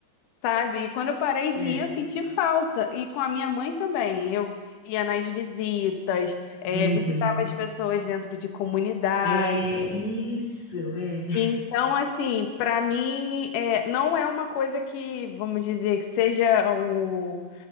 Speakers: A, on the left; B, on the left.
A: sabe? E quando eu parei
B: é.
A: de ir, eu senti falta. E com a minha mãe também. Eu ia nas visitas, é,
B: Uhum.
A: visitava as pessoas dentro de comunidade.
B: É isso, é.
A: Então, assim, para mim, é, não é uma coisa que, vamos dizer, que seja o